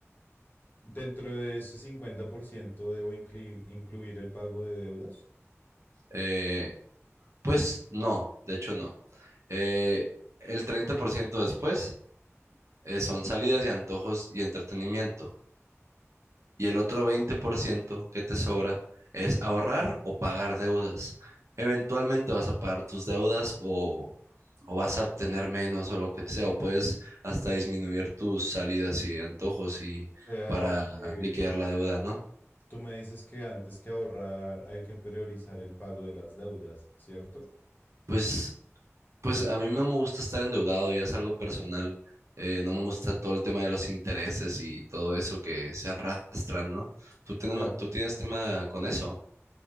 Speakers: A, on the left (about 40°); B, on the right (about 70°).
A: Dentro de ese 50% debo inclui- incluir el pago de deudas.
B: Eh, pues no, de hecho no. Eh, el 30% después eh, son salidas y antojos y entretenimiento. y el otro 20% que te sobra es ahorrar o pagar deudas. Eventualmente vas a pagar tus deudas o, o vas a obtener menos o lo que sea, o puedes hasta disminuir tus salidas y antojos y
A: O sea,
B: para
A: que
B: liquidar la deuda, ¿no?
A: Tú me dices que antes que ahorrar hay que priorizar el pago de las deudas, ¿cierto?
B: Pues, pues a mí no me gusta estar endeudado, ya es algo personal. eh, no me gusta todo el tema de los intereses y todo eso que se arrastran, ¿no? ¿Tú, tenema-
A: Claro,
B: tú tienes tema con eso?